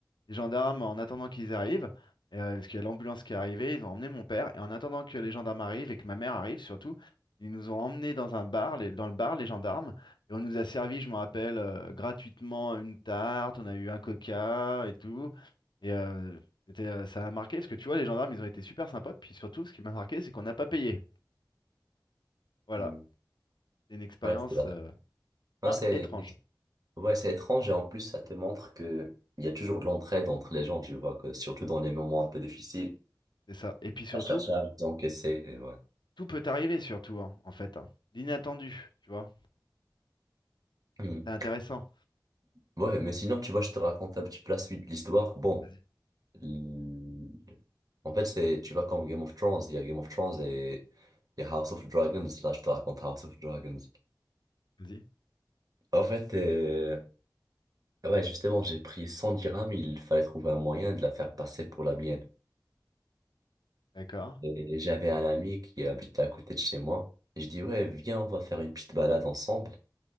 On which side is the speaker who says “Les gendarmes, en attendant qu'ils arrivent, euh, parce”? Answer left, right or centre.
Left